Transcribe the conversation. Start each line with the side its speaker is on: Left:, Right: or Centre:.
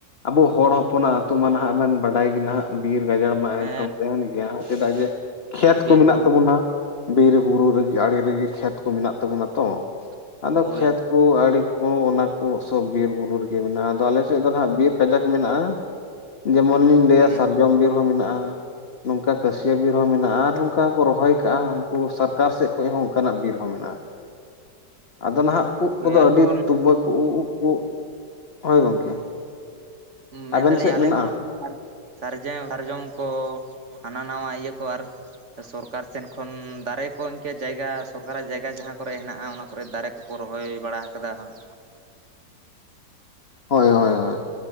Left: ᱟᱵᱚ ᱦᱚᱲ ᱦᱚᱯᱚᱱᱟᱜ ᱟᱹᱛᱩ ᱢᱟᱱ ᱦᱟᱸᱜ ᱵᱮᱱ ᱵᱟᱰᱟᱭ ᱜᱮᱱ ᱦᱟᱸᱜ ᱵᱤᱨ ᱜᱟᱡᱟᱲ ᱢᱟ
Right: ᱦᱮᱸ
Left: ᱮᱠᱫᱚᱢ ᱛᱟᱦᱮᱸᱱ ᱜᱮᱭᱟ ᱦᱟᱸᱜ ᱪᱮᱫᱟᱜ ᱡᱮ ᱠᱷᱮᱛ
Right: ᱵᱤᱨ
Left: ᱠᱚ ᱢᱮᱱᱟᱜ
Right: ᱵᱩᱨᱩ
Left: ᱛᱟᱵᱚᱱᱟ᱾
Right: ᱨᱮ
Left: ᱵᱤᱨ ᱵᱩᱨᱩ ᱨᱮᱜᱮ ᱟᱲᱮ ᱨᱮᱜᱮ ᱠᱷᱮᱛ ᱠᱚ ᱢᱮᱱᱟᱜ ᱛᱟᱵᱚᱱᱟ ᱛᱚ ᱟᱫᱚ
Right: ᱦᱳᱭ
Left: ᱠᱷᱮᱛ ᱠᱚ ᱟᱹᱲᱤ ᱠᱚ ᱚᱱᱟ ᱠᱚ ᱥᱚᱵ ᱵᱤᱨ ᱵᱩᱨᱩ ᱨᱮᱜᱮ ᱢᱮᱱᱟᱜᱼᱟ ᱟᱫᱚ ᱟᱞᱮ ᱥᱮᱫ ᱫᱚᱱ ᱦᱟᱸᱜ ᱵᱤᱨ ᱠᱟᱡᱟᱠ ᱢᱮᱱᱟᱜᱼᱟ᱾ ᱡᱮᱢᱚᱱ ᱞᱤᱧ
Right: ᱦᱳᱭ
Left: ᱞᱟᱹᱭᱟ ᱥᱟᱨᱡᱚᱢ ᱵᱤᱨ ᱦᱚᱸ ᱢᱮᱱᱟᱜᱼᱟ᱾ ᱱᱚᱝᱠᱟ ᱠᱟᱹᱥᱭᱟᱹ ᱵᱤᱨ ᱦᱚᱸ ᱢᱮᱱᱟᱜᱼᱟ ᱟᱨ ᱱᱚᱝᱠᱟ ᱠᱚ ᱨᱚᱦᱚᱭ ᱠᱟᱜᱼᱟ ᱩᱱᱠᱩ ᱥᱟᱨᱠᱟᱨ ᱥᱮᱫ ᱠᱷᱚᱡ ᱦᱚᱸ ᱚᱱᱠᱟᱱᱟᱜ ᱵᱤᱨ ᱦᱚᱸ ᱢᱮᱱᱟᱜᱼᱟ᱾
Right: <inaudible>
Left: ᱟᱫᱚ ᱱᱟᱦᱟᱜ ᱩᱵ
Right: ᱦᱳᱭ
Left: ᱠᱚᱫᱚ
Right: ᱟᱞᱮ
Left: ᱟᱹᱰᱤ
Right: ᱦᱚᱸ
Left: ᱛᱩᱵᱟᱹᱠ ᱩ ᱩᱵ ᱠᱩ ᱦᱳᱭ ᱜᱚᱝᱠᱮ᱾
Right: ᱢᱮᱱ
Left: ᱟᱵᱮᱱ
Right: ᱫᱟᱞᱤᱧ
Left: ᱥᱮᱫ
Right: ᱟᱞᱮ
Left: ᱢᱮᱱᱟᱜᱼᱟ
Right: ᱦᱚᱸ ᱱᱚᱛᱮ ᱥᱟᱨᱡᱟᱹᱣ ᱥᱟᱨᱡᱚᱢ ᱠᱚ ᱦᱟᱱᱟ ᱱᱟᱣᱟ ᱤᱭᱟᱹ ᱠᱚ ᱟᱨ ᱥᱚᱨᱠᱟᱨ ᱥᱮᱱ ᱠᱷᱚᱱ ᱫᱟᱨᱮ ᱠᱚ ᱤᱱᱠᱟᱹ ᱡᱟᱭᱜᱟ ᱥᱚᱨᱠᱟᱨᱟᱜ ᱡᱟᱭᱜᱟ ᱡᱟᱦᱟᱸ ᱠᱚᱨᱮ ᱦᱮᱱᱟᱜᱼᱟ ᱚᱱᱟ ᱠᱚᱨᱮ ᱫᱟᱨᱮ ᱠᱚ ᱠᱚ ᱨᱚᱦᱚᱭ ᱵᱟᱲᱟᱦ ᱠᱟᱫᱟ ᱦᱟᱸᱜ᱾
Left: ᱦᱳᱭ ᱦᱳᱭ ᱦᱳᱭ᱾